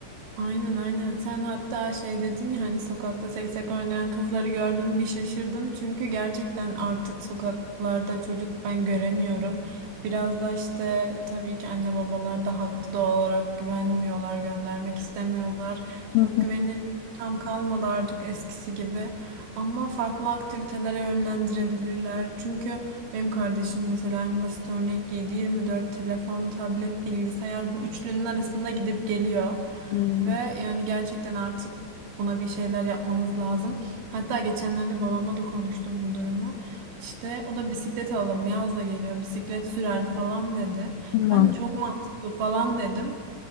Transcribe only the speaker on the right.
Aynen aynen. Sen hatta şey dedin ya hani sokakta seksek oynayan kızları gördüm bir şaşırdım. Çünkü gerçekten artık sokaklarda çocuk ben göremiyorum. Biraz da işte tabii ki anne babalar da haklı doğal olarak güvenmiyorlar, göndermek istemiyorlar.
Çok
güvenilir bir ortam kalmadı artık eskisi gibi. Ama farklı aktivitelere yönlendirebilirler. Çünkü benim kardeşim mesela en basit örnek 7-24 telefon, tablet, bilgisayar bu üçlünün arasında gidip geliyor.
Ve yani gerçekten artık buna bir şeyler yapmamız lazım. Hatta geçenlerde babamla da konuştum bu durumu. İşte o da bisiklet alalım yaz da geliyor bisiklet sürer falan dedi.
Ben de çok mantıklı falan dedim.